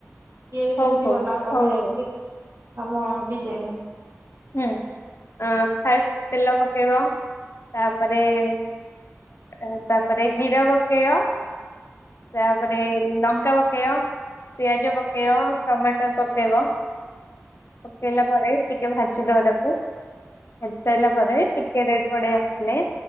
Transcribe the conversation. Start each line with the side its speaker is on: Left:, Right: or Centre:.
Right: ଇଏରେ ଯେମିତି
Left: ହଉ ହଉ
Right: ବନାଅ ତମେ
Left: ହଉ
Right: ଯେମିତି
Left: ହଉ
Right: ଆମ ଡିଜାଇନ।
Left: ହୁଁ <inaudible> ତେଲ କେଗ। ତାପରେ <inaudible> ତାପରେ ଜିରା ପକେଇବ। ତାପରେ ଲଙ୍କା ପକେ କେ ପିଆଜ ପକେଇବ ଟମାଟର ପକେଇବ <inaudible> ପକେଇଲା ପରେ କେ ଭାଜି ଦବ ତାକୁ। ଭାଜି ସାରିଲା ପରେ ଟିକେ ରେଟ ପଡେଇ ଆସ। ଆସ